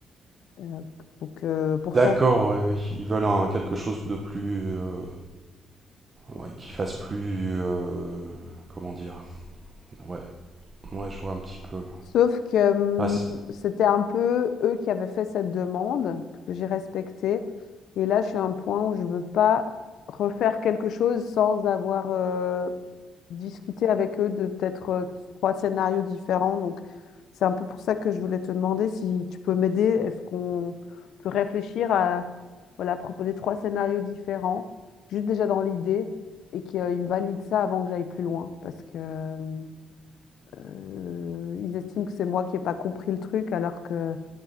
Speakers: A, on the left; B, on the right.
A: Euh, donc, euh, pourtant,
B: D'accord, oui. ouais. Ils veulent un, quelque chose de plus... euh, ouais, qui fasse plus... euh, comment dire? Ouais, ouais, je vois un petit peu.
A: Sauf que hum,
B: Ah, c'est-
A: c'était un peu eux qui avaient fait cette demande, que j'ai respectée. Et là, je suis à un point où je veux pas refaire quelque chose sans avoir euh, discuté avec eux de peut-être euh, trois scénarios différents. Donc, c'est un peu pour ça que je voulais te demander si tu peux m'aider. Est-ce qu'on peut réfléchir à voilà, proposer trois scénarios différents, juste déjà dans l'idée, et qu'ils valident ça avant que j'aille plus loin. Parce que hum, euh, ils estiment que c'est moi qui n'ai pas compris le truc alors que